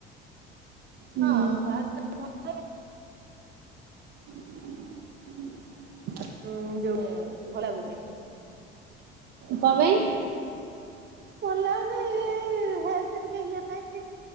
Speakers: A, on the right (about 50°); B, on the right (about 35°).
A: ହୁଁ
B: ହଁ ବାହାର୍ ଜି ଭଲ ଲାଗେ
A: <inaudible>
B: ଉଁ ଯୋଉ ଏ ଭଲ ଲାଗୁନି।
A: କଣ ପାଇଁ?
B: ଭଲ ଲାଗୁନି ଏଇ ହେଲ୍ଥ ଟିକେ ଇଏ ପାଇଁ କି